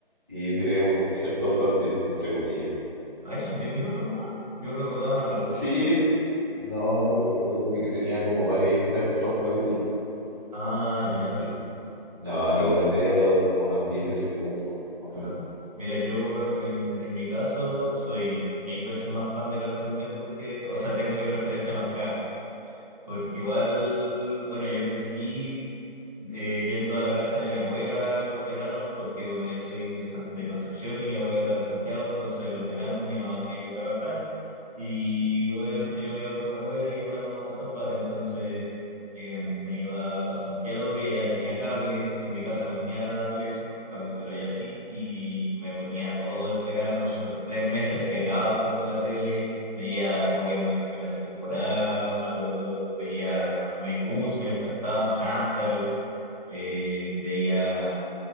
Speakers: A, on the right; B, on the right.
A: y tiene un cierto plot twist, entre comillas.
B: Ahí son 10 minutos nomás. Yo recordaba más largo
A: Sí,
B: los capítulos.
A: es- no, no, porque acuérdate que tenía como varias historias dentro de un capítulo.
B: Ah, ya.
A: Sí. No, no
B: Uy,
A: duran media hora, duran como unos diez, quince minutos, más
B: claro.
A: o menos.
B: Mira, yo en, en mi caso soy mil veces más fan de Cartoon Network que... O sea, tengo mi preferencia marcada, ¿cachai? Porque igual, bueno, yo crecí eh, yendo a la casa de mi abuela en los veranos, porque bueno, yo soy de, San- de Concepción y mi abuela era de Santiago, entonces en los veranos mi mamá tenía que trabajar y obviamente yo me iba con mi abuela y para no estorbar, entonces eh, me iba para Santiago y allá tenía cable, en mi casa no tenía televisión con cable, pero allá sí, y me ponía todo el verano, si los tres meses pegado al frente de la tele Veía Pokémon las primeras temporadas, me acuerdo, veía los Looney Tunes que me encantaban, Hamtaro, eh, veía